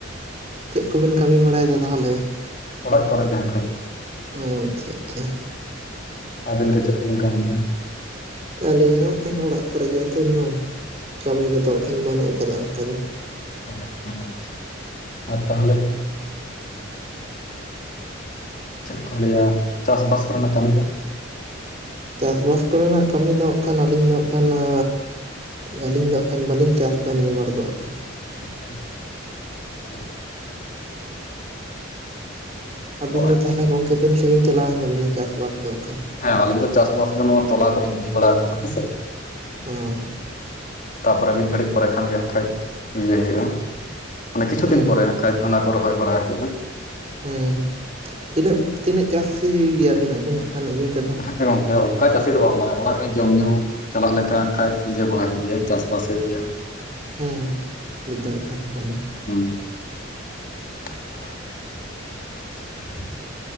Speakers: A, on the right (about 30°); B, on the left (about 40°).
A: ᱪᱮᱫ ᱠᱚᱵᱤᱱ ᱠᱟᱹᱢᱤ ᱵᱟᱲᱟᱭᱮᱫᱟ ᱛᱟᱦᱚᱞᱮ?
B: ᱚᱲᱟᱜ ᱠᱚᱨᱮ ᱦᱟᱜ ᱠᱷᱟᱡ,
A: ᱚ ᱟᱪᱪᱷᱟ ᱟᱪᱪᱷᱟ,
B: ᱟᱵᱮᱱ ᱜᱮ ᱪᱮᱫ ᱠᱚᱵᱤᱱ ᱠᱟᱹᱢᱤᱭᱮᱜᱼᱟ?
A: ᱟᱹᱞᱤᱧ ᱦᱚᱸ ᱦᱟᱜ ᱠᱷᱟᱱ ᱚᱲᱟᱜ ᱠᱚᱨᱮ ᱜᱮ ᱦᱤᱛᱟᱹᱱ ᱫᱚ ᱠᱟᱹᱢᱤ ᱠᱚᱫᱚ ᱠᱷᱟᱱ ᱵᱟᱹᱱᱩᱜ ᱟᱠᱟᱫᱟ ᱚᱱᱠᱟ ᱫᱚ,
B: ᱚ ᱟᱪᱪᱷᱟ ᱟᱪᱪᱷᱟ᱾ ᱟᱨ ᱛᱟᱦᱚᱞᱮ ᱪᱮᱫ ᱠᱚ ᱞᱟᱹᱭᱟ ᱪᱟᱥᱵᱟᱥ ᱠᱚᱨᱮᱱᱟᱜ ᱠᱟᱹᱢᱤ ᱫᱚ?
A: ᱪᱟᱥᱼᱵᱟᱥ ᱠᱚᱨᱮᱱᱟᱜ ᱠᱟᱹᱢᱤ ᱫᱚ ᱦᱟᱜ ᱠᱷᱟᱱ ᱟᱹᱞᱤᱧ ᱫᱚ ᱦᱟᱜ ᱠᱷᱟᱱ ᱟ ᱟᱹᱞᱤᱧ ᱫᱚ ᱦᱟᱜ ᱠᱷᱟᱱ ᱵᱟᱹᱞᱤᱧ ᱪᱟᱥ ᱫᱟ ᱱᱤᱭᱟᱹ ᱵᱟᱨ ᱫᱚ ᱦᱟᱜ ᱠᱷᱟᱱ,
B: <unintelligible>
A: ᱟᱹᱵᱤᱱ
B: ᱚ
A: ᱫᱚ
B: ᱟᱪᱪᱷᱟ
A: ᱛᱟᱦᱚᱞᱮ ᱜᱚᱝᱠᱮ ᱛᱤᱱ ᱥᱟᱺᱜᱤᱧ ᱪᱟᱞᱟᱣᱮᱱ ᱛᱟᱵᱤᱱᱟ ᱪᱟᱥᱵᱟᱥ ᱫᱚ ᱦᱟᱜ ᱠᱷᱟᱱ?
B: ᱦᱮᱸ ᱟᱹᱞᱤᱧ ᱫᱚ ᱪᱟᱥᱵᱟᱥ ᱫᱚ ᱱᱚᱣᱟ ᱛᱚᱞᱟ ᱠᱚᱞᱤᱧ ᱜᱤᱰᱤ ᱵᱟᱲᱟ ᱠᱟᱜᱼᱟ ᱦᱮᱸ ᱥᱮ,
A: ᱦᱮᱸᱻ
B: ᱛᱟᱯᱚᱨᱮ ᱢᱤᱫ ᱜᱷᱟᱹᱲᱤᱡ ᱯᱚᱨᱮ ᱠᱷᱟᱱ ᱜᱮ ᱠᱷᱟᱹᱡ ᱤᱭᱟᱹ ᱦᱩᱭᱩᱜ-ᱟ᱾ ᱚᱱᱮ ᱠᱤᱪᱷᱩ
A: ᱦᱩᱸ
B: ᱫᱤᱱ ᱯᱚᱨᱮ
A: ᱦᱩᱸ
B: ᱠᱷᱟᱡ ᱚᱱᱟ ᱠᱚ ᱨᱚᱦᱚᱭ ᱵᱟᱲᱟᱭ ᱦᱩᱭᱩᱜ-ᱟ᱾
A: ᱦᱩᱸ ᱛᱤᱱᱟᱹᱜ ᱛᱤᱱᱟᱹᱜ ᱪᱟᱹᱥᱤ ᱜᱮᱭᱟᱵᱤᱱ ᱟᱹᱵᱤᱱᱟᱜ ᱠᱷᱟᱱ ᱤᱭᱟᱹ ᱛᱮᱫᱚ?
B: ᱦᱮᱸ ᱜᱚᱝᱠᱮ ᱚᱱᱠᱟ ᱪᱟᱹᱥᱤ ᱫᱚ ᱵᱟᱝ ᱢᱟᱨᱟᱝ ᱚᱲᱟᱜ ᱨᱮ ᱡᱚᱢ, ᱧᱩ, ᱪᱟᱞᱟᱜ ᱞᱮᱠᱟ ᱠᱷᱟᱡ ᱤᱭᱟᱹ ᱵᱟᱲᱟᱭ ᱦᱩᱭᱩᱜ ᱜᱮᱭᱟ ᱪᱟᱥᱵᱟᱥ ᱦᱩᱭᱩᱜ ᱜᱮᱭᱟ᱾
A: ᱦᱩᱸ ᱦᱩ ᱵᱩᱡ ᱫᱟᱲᱮᱭᱟᱜ ᱠᱟᱱ ᱜᱮᱭᱟᱞᱤᱧ᱾
B: <unintelligible>